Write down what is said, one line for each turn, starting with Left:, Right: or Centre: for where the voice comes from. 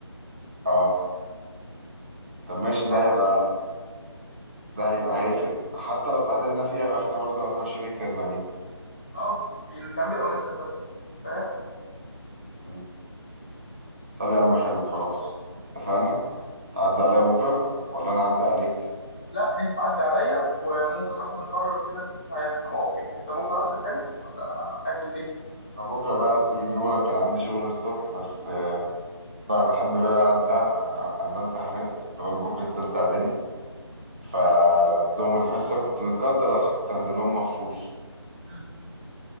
Right: أه طب ماشي
Left: عادي
Right: ده هيبقى ده هيبقى هيفرق حتى لو تعادلنا فيها يبقى إحنا برضه هنبقى شبه الكسبانين
Left: اه اللي نتعادل او نكسب بس فاهم
Right: مم. طب يا عم حلو خلاص اتفقنا تعدي عليا بكرة ولا أنا أعدي عليك؟
Left: لا انت تعدي عليا وممكن مثلا نقرر كده نشوف هي- هنقعد فين انت بكره عندك حاجه ولا قاعد في البيت
Right: أنا بكرة بقى طول اليوم أنا كان عندي شغل الصبح بس آه، لا الحمد لله لا عندها عندها امتحانات اللي هو البوكلة التالتة إعدادي فلقيت
Left: مم.
Right: لهم الحصة كنت متقدر أصلا كنت هنزل لهم مخصوص
Left: مم.